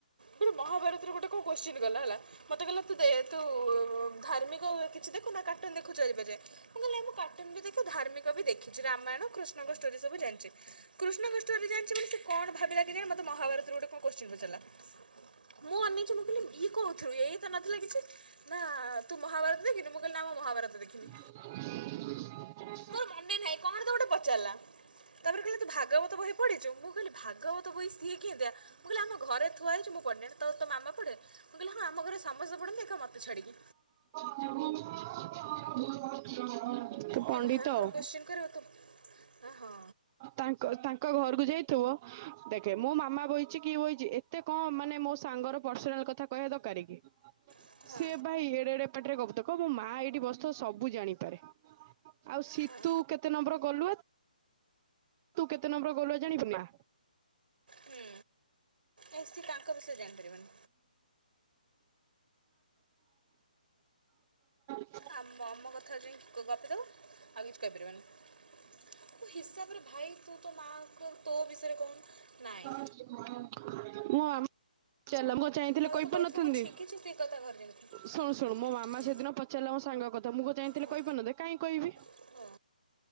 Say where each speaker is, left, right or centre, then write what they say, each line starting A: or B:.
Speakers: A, on the right (about 80°); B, on the right (about 15°).
A: ମତେ ମହାଭାରତର ଗୋଟେ କଣ କୋଶ୍ଚିନ କଲା ହେଲା। ମତେ କହିଲା ତୁ ଦେ ତୁ ଧାର୍ମିକ କିଛି ଦେଖୁ ନା କାଟୁନ ଦେଖୁଚ ଏବେ ଯାଏଁ? ମୁଁ କହିଲେ ମୁଁ କାର୍ଟୁନ ବି ଦେଖ ଧାର୍ମିକ ବି ଦେଖିଛି ରାମାୟଣ କୃଷ୍ଣ ସ୍ଟୋରି ସବୁ ଜାଣିଛି, କୃଷ୍ଣଙ୍କ ଷ୍ଟୋରି ଜଣିଛି ମାନେ ସେ କଣ ଭାବିଲା କେଜାଣି ମତେ ମହାଭାରତର ଗୋଟେ କଣ କୋତ୍ସିଁ ପଚାରିଲା। ମୁଁ ଅନେଇଛି ମୁଁ କହିଲି ଇଏ କୋଉଥିରୁ ଏଇ ତ ନଥିଲା କିଛି। ନା ତୁ ମହାଭାରତ ଦେଖିନୁ ମୁଁ କହିଲି ନା ମୁଁ ମହାଭାରତ ଦେଖିନି।
B: ଆ <inaudible>
A: ମୋର ମନେ ନାହିଁ କଣ ତ ଗୋଟେ ପଚାରିଲା। ତାପରେ କହିଲା ତୁ ଭାଗବତ ବହି ପଢିଛୁ ମୁଁ କହିଲି ଭାଗବତ ବହି ସିଏ କେନ୍ତିଆ। ମୁଁ କହିଲି ଆମ ଘରେ ଥୁଆଇଛି ମୁ ପଢିନି ତ ତୋ ମାମା ପଢେ? ମୁଁ କହିଲି ହଁ ଆମ ଘରେ ସମସ୍ତେ ପଢନ୍ତି ଏକା ମତେ ଛାଡିକି।
B: <unintelligible>
A: ଯେ
B: ପଣ୍ଡିତ
A: ଭୟଙ୍କର
B: ଆଉ
A: କୋଶ୍ଚିନ୍ କରିବ ତୁ ଆଁ ହଁ
B: ତାଙ୍କ ତାଙ୍କ ଘରକୁ ଯାଇଥିବ ଦେଖେ ମୋ ମାମା ବହିଛି କିଏ ବହିଛି ଏତେ କଣ ମା ନାଇ ମୋ ସାଙ୍ଗର ପର୍ଶିନାଲ କଥା କହିବା ଦରକାର କି
A: ହଁ
B: ସିଏ ଭାଇ ଏଡ଼େ ଏଡେ ପଟିରେ ଗବୁତକ ମୋ ମା ଏଇଠି ବସଥିବ ସବୁ ଜାଣିପାରେ। ଆଉ ସିତୁ
A: ହଁ
B: କେତେ ନମ୍ବର ଗଲୁଆ ତୁ କେତେ ନମ୍ବର ଗଲୁଆ ଜାଣିବୁ ନା।
A: ହୁଁ ଏ ସିଏ ତାଙ୍କ ବିଷୟରେ ଜାଣିପାରିବନି
B: <unintelligible> <unintelligible>
A: ଆମ ଆମ କଥା ଯାଇ ଗପି ଦବ ଆଉ କିଛି କହିପାରିବନି ମୁଁ ହିସାବରେ ଭା ଭାଇ ତୁ ତୋ ମା କୁ ତୋ ବିଷୟରେ କଉନୁ ନାହିଁ।
B: <unintelligible> ମୁଁ ଆମ ଚା ଚାହିଁଥିଲେ
A: ତାକୁ
B: କହିପାରୁିନଥାନ୍ତି।
A: ତୁ କହିଥିବୁ ମୁଁ ଛିଙ୍କିଛି ସେ କଥା ଘରେ ଯାଇକି
B: ଶୁଣୁ ଶୁଣୁ ମୋ ମାମା
A: ହୁଁ
B: ସେଦିନ ପଚାରିଲା ମୋ ସାଙ୍ଗ କଥା ମୁଁ କଣ ଚାହିଁଥିଲି
A: ହଁ
B: କହିପାରି ନଥାନ୍ତି କାହିଁ କହିବି।
A: ହଁ